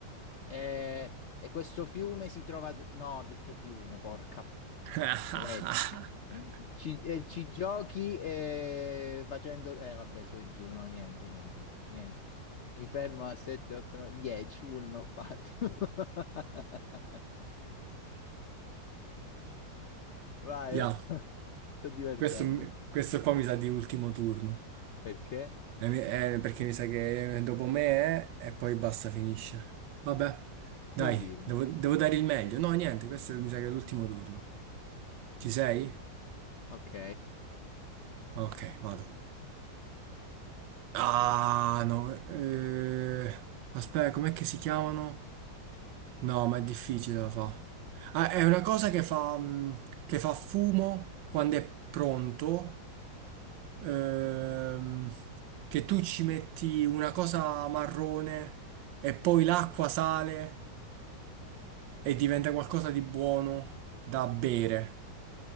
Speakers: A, on the left; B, on the right.
A: Eh, E, questo fiume si trova... No, ho detto fiume, porca...
B: <laughs>
A: Paletta. Ci, eh, ci giochi eh, facendo... Eh, vabbè, su e giù, no, niente, niente, niente. niente. Mi fermo a 7, 8, 9, 10, uno non ho fatto. <laughs> Vai,
B: Ya,
A: vai. Sto divertendo.
B: Questo, mi- questo qua mi sa di ultimo turno.
A: Perché?
B: Eh, mi- eh, perché mi sa che dopo me è, e poi basta, finisce. Vabbè,
A: Che
B: dai,
A: vuol dire?
B: devo, devo dare il meglio. No, niente, questo mi sa che è l'ultimo turno. Ci sei?
A: Ok.
B: Ok, vado. Ah, no. eh, aspetta, com'è che si chiamano? No, ma è difficile da fa. Ah, è una cosa che fa, mm, che fa fumo quando è pronto ehm, che tu ci metti una cosa marrone e poi l'acqua sale e diventa qualcosa di buono da bere.